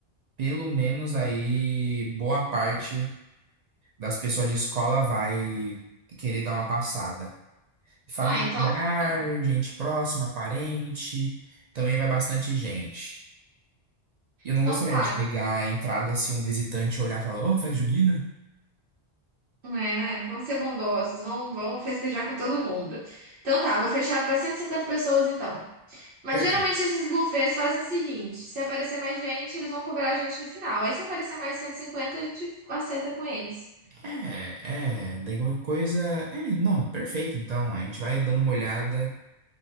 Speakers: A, on the right (about 50°); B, on the right (about 80°).
A: Pelo menos aí boa parte das pessoas de escola vai querer dar uma passada. Familiar,
B: Ah, então. tá.
A: gente próxima, parente, também vai bastante gente. E Eu não
B: Então
A: gostaria
B: tá,
A: de negar a entrada se um visitante olhar e falar, ô, festa junina?
B: É, vão ser bondosos, vão, vão festejar com todo mundo. Então tá, vou fechar para 150 pessoas então. Mas
A: Perfeito.
B: geralmente esses buffets fazem o seguinte: se aparecer mais gente, eles vão cobrar a gente no final. Aí se aparecer mais 150 a gente acerta com eles.
A: É, é, daí qualquer coisa. É, não, perfeito. Então, a gente vai dando uma olhada